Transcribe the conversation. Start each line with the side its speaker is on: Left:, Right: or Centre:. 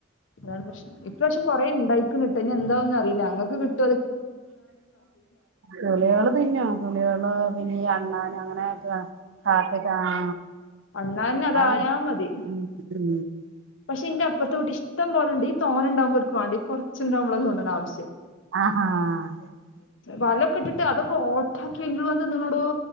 Left: അതാണ് പ്രശ്ം ഇപ്പ്ര പശം കുറെേ ഉണ്ടായിക്കിട്ട്നി എന്താവന്നും അറിയില്ല അങ്ങൾക്ക് കിട്ട
Right: മലയാള തന്നെയ മലയാള വിനി അണ്ണൻ അങ്ങനെയൊക്കെ കാത്തക്ക ആ
Left: അന്നന്ന അതായ
Right: അത്
Left: മതി
Right: ഉം ഉം
Left: പക്ഷെ ഇന്റെ അപ്പുത്തെ കട്ട ഇഷ്ടം പോലണ്ട് ഈ തോെണ്ടക്പോൾക്ക വണ്ട കുറച്ചുണ്ടാവ്പോ തോന്നണ ആവ്യം
Right: ആഹഹ
Left: വലൊക്കെ ഇട്ടിട്ട് അതൊക്കെ ഓട്ടാക്കി എെങ്കിലും വ തന്നോട